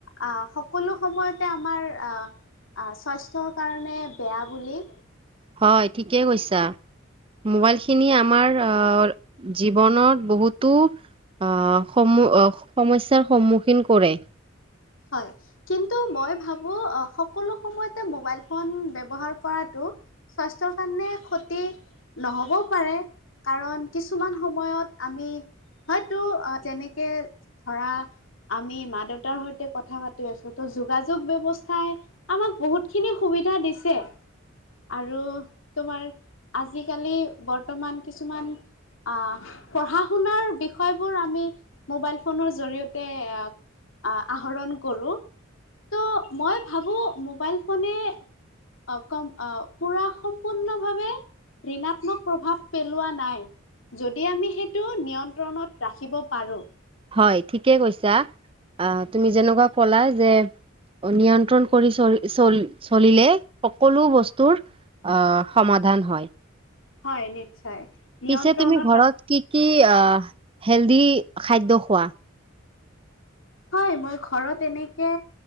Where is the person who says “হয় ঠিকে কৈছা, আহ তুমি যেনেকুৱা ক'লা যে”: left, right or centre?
Right